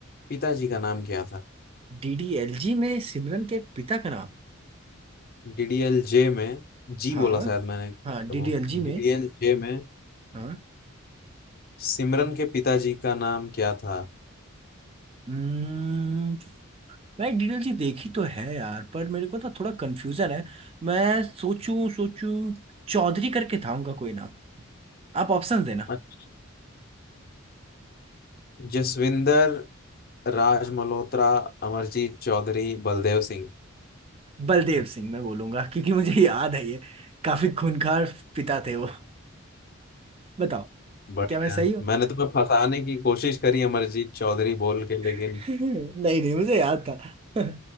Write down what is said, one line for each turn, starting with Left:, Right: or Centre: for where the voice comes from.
Left: पिताजी का नाम क्या था
Right: डीडीएलजी में सिमरन के पिता का नाम
Left: डीडीएलजे में जी
Right: हाँ
Left: बोला शायद मैंने क्या
Right: हाँ
Left: था
Right: डीडीएलजी
Left: वो डीडीएलजे
Right: में
Left: में
Right: हाँ
Left: सिमरन के पिताजी का नाम क्या था
Right: हम्म मैं डीडीएलजी देखी तो है यार पर मेरे को ना थोड़ा कंफ्यूजन है मैं सोचूं सोचूं चौधरी करके था उनका कोई नाम आप ऑप्शन देना
Left: अच्छा जसविंदर राज मल्होत्रा अमरजीत चौधरी बलदेव सिंह
Right: बलदेव सिंह मैं बोलूंगा <laughs> क्योंकि मुझे याद है ये काफी खूंखार पिता थे वो बताओ
Left: बढ़िया
Right: क्या मैं सही हूँ
Left: मैंने तुम्हें फंसाने की कोशिश करी अमरजीत चौधरी बोल के लेकिन
Right: <laughs> नहीं नहीं मुझे याद था <laughs>